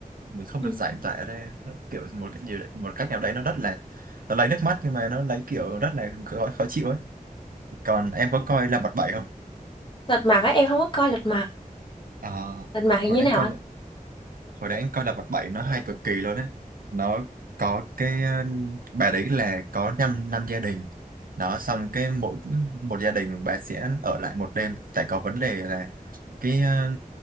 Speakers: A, on the right (about 75°); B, on the left (about 35°).
A: mình không
B: Ừ.
A: được giải tỏa ra nó kiểu một cái nhiều một cách nào đấy nó rất là nó lấy nước mắt nhưng mà nó lấy kiểu rất là khó, khó chịu ấy còn em có coi là bật bảy không
B: lật mặt á em không có coi lật mặt
A: à
B: lật mặt thì
A: hồi
B: như thế
A: đấy anh
B: nào
A: coi
B: anh
A: hồi đấy anh coi là vật bảy nó hay cực kỳ luôn đấy nó có cái ờ, bà đấy là có năm năm gia đình đó xong cái mỗi một gia đình bà sẽ ở lại một đêm tại có vấn đề là cái ờ,